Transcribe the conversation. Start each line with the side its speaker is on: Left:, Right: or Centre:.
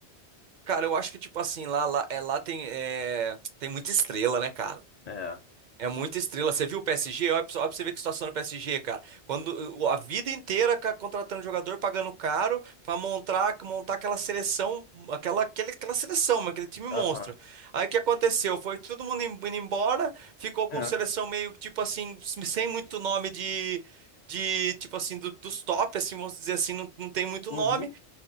Right: Cara, eu acho que, tipo assim, lá, lá, é, lá tem, é, tem muita estrela, né, cara?
Left: É.
Right: É muita estrela. Você viu o PSG? Olha pra olha pra você ver que situação do PSG, cara. Quando o- a vida inteira ca- contratando jogador, pagando caro pra montar, montar aquela seleção, aquela, aquele, aquela seleção, mano, aquele time monstro.
Left: Aham.
Right: Aí o que aconteceu? Foi todo mundo im- indo embora, ficou
Left: É.
Right: com seleção meio tipo assim, sem muito nome de, de tipo assim, do- dos top, assim, vamos dizer assim, não, não tem muito
Left: Uhum.
Right: nome,